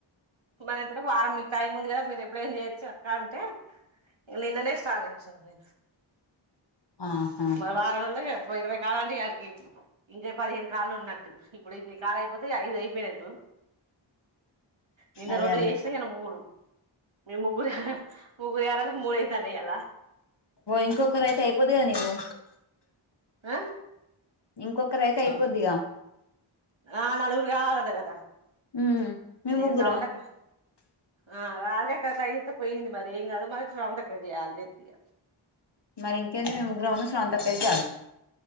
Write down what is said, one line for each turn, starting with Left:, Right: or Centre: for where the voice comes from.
Right: మనం ఇద్దరం వారం టైం ఉంది కదా మీరు ఎప్పుడైనా చేయొచ్చు అక్క అంటే నిన్ననే స్టార్ట్ చేసిన నే
Left: ఆహా
Right: మరి వారం రోజులకే ఓ ఇరవై కావండి ఈయాటికి ఇంకా పదిహేం కాలు ఉన్నట్టు ఇప్పుడు ఇ కాలు అయిపోతే అయిపోయినట్టు నిన్న
Left: అదే
Right: రెండు
Left: అదే
Right: చేసినా నను మూడు మీ ముగ్గురు ముగ్గురు ఈ యాలయారంలాకు మూడు యితన్నై ఈయాల
Left: ఇంకొకరు అయితే అయిపోదుగా నీవు
Right: హ
Left: ఇంకొక రైతే అయిపోదిగా
Right: ఆ నలుగురు కావాలట కదా
Left: ఉం మీ ముగ్గురా
Right: ఇగ స్రవంతక్క ఆ రాజక్క సతాయిత్తే పోయింది మరి ఇంగ ఈ నడుమా స్రవంతి అక్క యాడ్ చేదున్ ఇగ
Left: మరి ఇంకేది మేము ముగ్గురం ఉన్నాం స్రవంతి అక్క అయితే చాలు